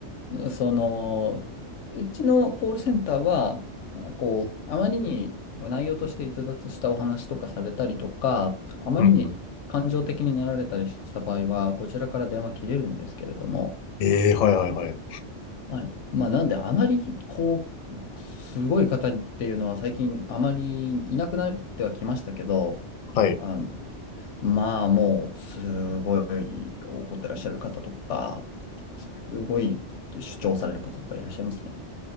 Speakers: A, on the left; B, on the left.
A: あ、その、うちのコールセンターは、こう、あまりに内容として逸脱したお話とかされたりとか、あまりに感情的になられたりした場合は、
B: うんうん。
A: こちらから電話切れるんですけれども、
B: ええはいはいはい。
A: はい。まあ、なんで、あまり、こう、すごい方っていうのは最近あまりいなくなってはきましたけど、
B: はい。や
A: あの、まあ、もう、すごい怒ってらっしゃる方とか、すごい主張される方とかいらっしゃいますね。